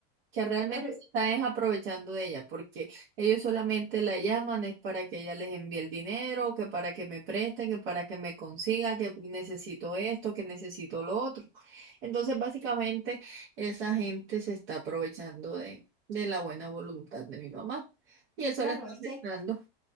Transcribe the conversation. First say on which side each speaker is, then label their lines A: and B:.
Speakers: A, on the right; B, on the right.
A: que realmente
B: claro,
A: se están es aprovechando de ella, porque ellos solamente la llaman es para que ella les envíe el dinero, que para que me preste, que para que me consiga, que necesito esto, que necesito lo otro. Entonces, básicamente, esa gente se está aprovechando de, de la buena voluntad de mi mamá y eso
B: claro,
A: la está
B: es
A: afectando.
B: que...